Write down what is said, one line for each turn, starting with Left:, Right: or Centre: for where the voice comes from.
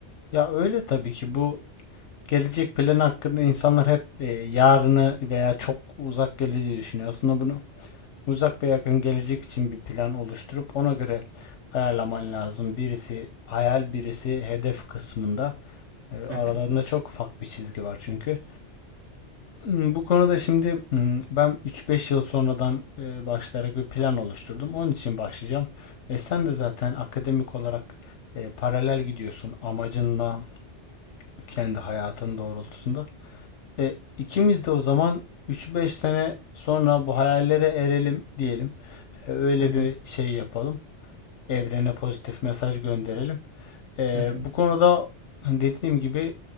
Left: Ya öyle tabii ki bu gelecek planı hakkında insanlar hep e, yarını veya çok uzak geleceği düşünüyor. Aslında bunu Uzak ve yakın gelecek için bir plan oluşturup ona göre ayarlaman lazım. Birisi hayal, birisi hedef kısmında. E, aralarında
Right: Hı hı,
Left: çok ufak bir çizgi var çünkü. Hmm, Bu konuda şimdi hmm, ben 3-5 yıl sonradan e, başlayarak bir plan oluşturdum. Onun için başlayacağım. E, sen de zaten akademik olarak e, paralel gidiyorsun amacınla, kendi hayatın doğrultusunda. E, ikimiz de o zaman 3-5 sene sonra bu hayallere erelim diyelim. E, öyle
Right: hı hı,
Left: bir şey yapalım. evrene pozitif mesaj gönderelim. Ee,
Right: hı hı.
Left: bu konuda hani dediğim gibi